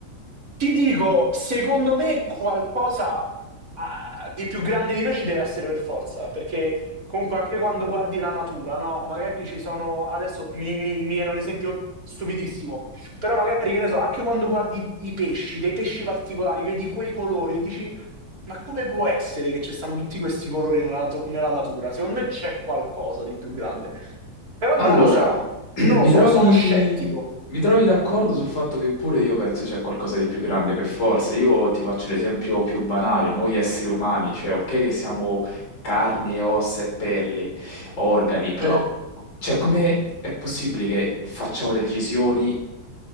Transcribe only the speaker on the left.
Allora,
<clears throat>
mi
trovi,
mi trovi d'accordo sul fatto che pure io penso c'è qualcosa di più grande per forza. Io ti faccio l'esempio più banale, noi esseri umani, cioè ok che siamo carne, e ossa e pelli, organi, però
cioè, come è possibile che facciamo delle decisioni?